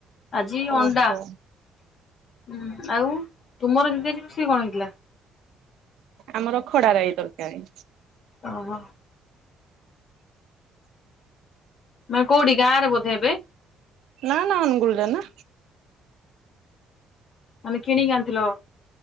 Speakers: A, on the left; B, on the right.
A: ଆଜି
B: ଓହୋ
A: ଅଣ୍ଡା ଉଁ ଆଉ ତୁମର ଦିଦି ଆଜି ରୋଷେଇ କଣ ହେଇଥିଲା?
B: ଆମର ଖଡା ରାଇ ତରକାରୀ।
A: ଓହୋ। ମାନେ କୋଉଠି ଗାଁରେ ବୋଧେ ଏବେ?
B: ନାଁ ନାଁ ଅନୁଗୁଲରେନା।
A: ମାନେ କିଣିକି ଆଣିଥିଲ?